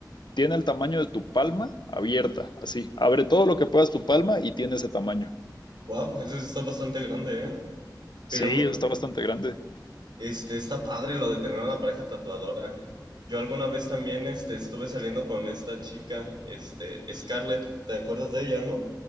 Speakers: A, on the left; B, on the right.
A: tiene el tamaño de tu palma abierta, así. Abre todo lo que puedas tu palma y tiene ese tamaño.
B: Wow, eso sí está bastante grande, ¿eh? Pero
A: Sí,
B: mira
A: está bastante grande.
B: Este, está padre lo de tener una pareja tatuadora. Yo alguna vez también, este, estuve saliendo con esta chica, este, Scarlett, ¿te acuerdas de ella, no?